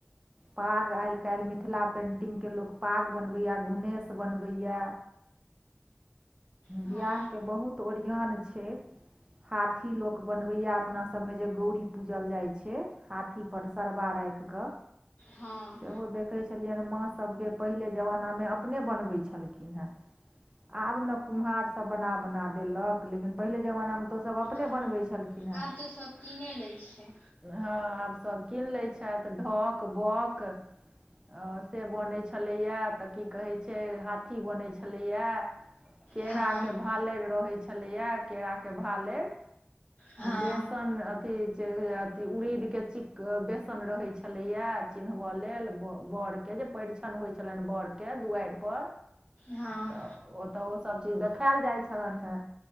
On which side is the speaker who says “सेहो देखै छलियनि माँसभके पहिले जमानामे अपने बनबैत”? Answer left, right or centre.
Right